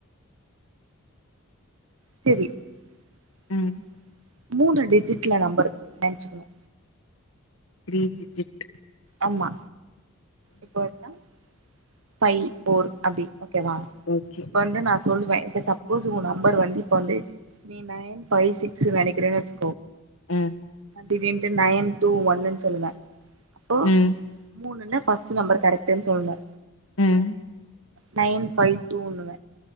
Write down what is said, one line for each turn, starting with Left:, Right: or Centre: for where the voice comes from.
Right: செரி
Left: ம்
Right: உம் மூன்று டிஜிட்ல நம்பர் நெனச்சுக்கோங்க
Left: த்ரீ ஜீஜிட்
Right: ஆமா இப்போ வர்தா ஃபை ஃபோர் அப்டி ஓகே வா
Left: ஓகே
Right: இப்ப வந்து நா சொல்லுவே இப்ப சப்போஸ் சு ஒ நம்பர் வந்து இப்ப வந்து த்ரி நைன் பைவ் சிக்ஸ் நெனைக்கிறேன்னு வச்சுக்
Left: அ
Right: திடிருன்ட்டு நைன் டூ ஒன்னுன்னு சொல்லுவே அப்போ
Left: ம்
Right: மூணுன்னா ஃபஸ்ட்டு நம்பர் கரெக்டுன்னு சொல்னு
Left: உம்.
Right: நைன் ஃபைவ் டூன்னுவ